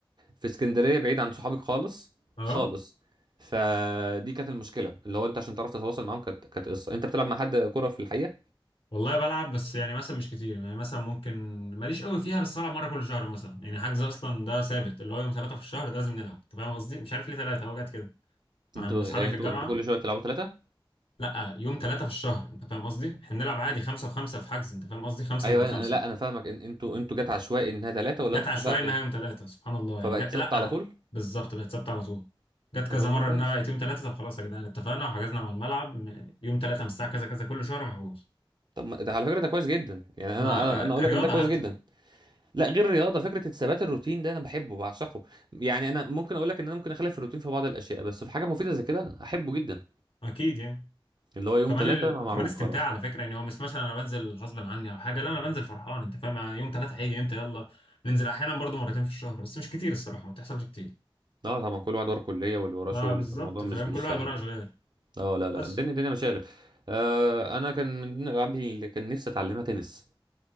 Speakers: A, on the right; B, on the left.
A: في اسكندريه بعيد عن صحابك خالص
B: اه
A: خالص فدي كانت المشكله اللي هو انت عشان تعرف تتواصل معاهم كانت كانت قصه انت بتلعب مع حد كوره في الحقيقه
B: والله بلعب بس يعني مثلا مش كتير يعني مثلا ممكن ماليش قوي فيها بس بلعب مره كل شهر مثلا يعني حجز اصلا ده ثابت اللي هو يوم ثلاثه في الشهر ده لازم نلعب انت فاهم قصدي مش عارف ليه ثلاثه هو جت كده مع
A: انتوا
B: ان اصحابي
A: يعني
B: في
A: انتوا
B: الجامعه
A: انتوا كل شويه بتلعبوا ثلاثه
B: لا يوم ثلاثه في الشهر انت فاهم قصدي احنا بنلعب عادي خمسه وخمسه في حجز انت فاهم قصدي خمسه
A: ايوه
B: ضد خمسه
A: انا أنا- لا انا فاهمك ان انتوا انتوا جت عشوائي انها ثلاثه ولا
B: جت
A: انتوا
B: عشوائي
A: اتفقتوا
B: انها يوم ثلاثه سبحان الله
A: فبقت
B: يعني جت
A: ثابته
B: لا
A: على طول
B: بالظبط بقت ثابته على طول جت
A: طب
B: كذا
A: هو ده
B: مره
A: كويس
B: انها بقت يوم ثلاثه طب خلاص يا جدعان اتفقنا وحجزنا مع الملعب م- يوم ثلاثه من الساعه كذا كذا كل شهر محجوز
A: طب ما- ده على فكره ده كويس جدا يعني
B: مع
A: انا انا انا
B: آه، كرياضه
A: اقول لك ان ده كويس
B: حتى
A: جدا لا غير الرياضه فكره الثبات الروتين ده انا بحبه بعشقه يعني انا ممكن اقول لك ان انا ممكن اخالف الروتين في بعض الاشياء بس في حاجه مفيده زي كده احبه جدا
B: اكيد يعني
A: اللي هو يوم
B: كمان
A: ثلاثة
B: ال...
A: ما
B: وكمان
A: معروف
B: استمتاع
A: خلاص
B: على فكره يعني هو مش مثلا انا بنزل غصب عني او حاجه لا انا بنزل فرحان انت فاهم يعني يوم ثلاثه هيجي امتى يلا ننزل احيانا برضو مرتين في الشهر بس مش كتير الصراحه ما بتحصلش كتير
A: اه طبعا كل واحد وراه كلية واللي وراه
B: ما
A: شغل
B: بالظبط
A: فالموضوع مش
B: فاهم
A: مش
B: كل واحد
A: سهل
B: وراه اشغال
A: اه لا
B: بس
A: لا الدنيا الدنيا مشاغل آه انا كان من ضمن الالعاب اللي كان نفسي اتعلمها تنس